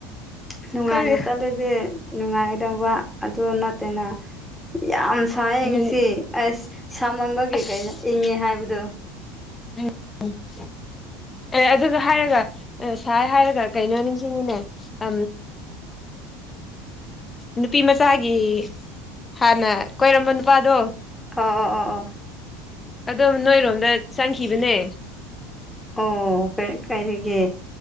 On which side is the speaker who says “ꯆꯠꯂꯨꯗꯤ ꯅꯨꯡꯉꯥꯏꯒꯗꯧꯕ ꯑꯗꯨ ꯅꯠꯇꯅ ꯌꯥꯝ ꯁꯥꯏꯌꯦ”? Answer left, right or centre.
Centre